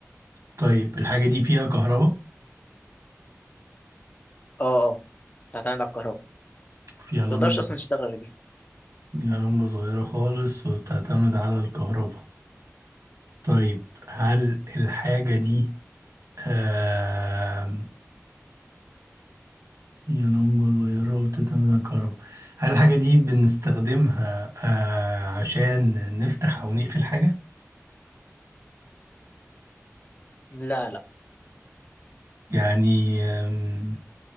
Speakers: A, on the right; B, on the left.
A: طيب الحاجة دي فيها كهرباء
B: اه اه تعتمد على الكهرباء
A: وفيها لمبة
B: متقدرش أصلا تشتغل غير بيها
A: فيها لمبة صغيرة خالص وبتعتمد على الكهرباء طيب هل الحاجة دي آم، هي لمبة صغيرة وبتعتمد على الكهرباء هل الحاجة دي بنستخدمها آه، عشان نفتح أو نقفل حاجة
B: لا لا
A: يعني آم،